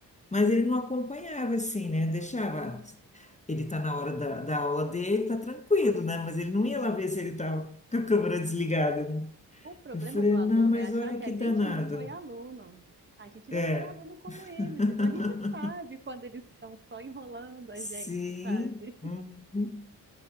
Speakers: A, on the left (about 15°); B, on the right (about 25°).
A: Mas ele não acompanhava assim, né? Deixava. Ele está na hora da, da aula dele, tá tranquilo, né? Mas ele não ia lá ver se ele estava com a câmera desligada, né?
B: O problema
A: Eu falei,
B: do aluno
A: não, mas
B: é achar
A: olha
B: que
A: que
B: a gente
A: danado.
B: não foi aluno. A gente
A: É.
B: já foi aluno como eles,
A: <laughs>
B: então a gente sabe quando eles estão só enrolando a
A: Sim.
B: gente, sabe?
A: Uhum.